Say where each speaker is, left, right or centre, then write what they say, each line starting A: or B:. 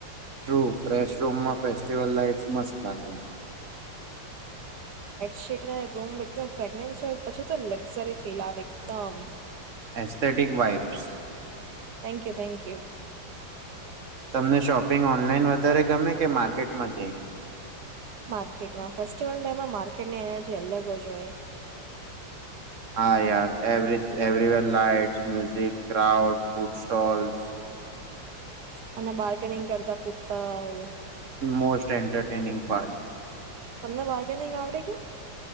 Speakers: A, on the right; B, on the right.
A: ટ્રુ ફ્રેશ રૂમમાં ફેસ્ટિવલ લાઈટ્સ મસ્ત લાગે.
B: સેટ ને રૂમ એકદમ ફ્રેગનેસ હોય પછી, તો લક્ઝરી ફિલ આવે એકદમ.
A: Aesthetic vibes.
B: Thank you thank you.
A: તમને શોપિંગ ઓનલાઈન વધારે ગમે કે માર્કેટમાં જઈને.
B: માર્કેટમાં ફેસ્ટિવલ ટાઇમમાં માર્કેટની એનર્જી અલગ જ હોય.
A: હા યાર every everywhere lights, music, crowd, food stalls,
B: અને બાર્ગેનિંગ કરતા પીપલ.
A: Most entertaining part.
B: તમને વાઘે નહીં આવ આવડે કે.